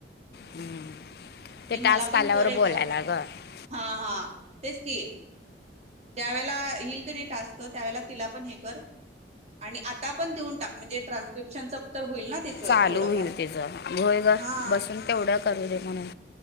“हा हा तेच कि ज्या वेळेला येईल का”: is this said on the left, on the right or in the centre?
Right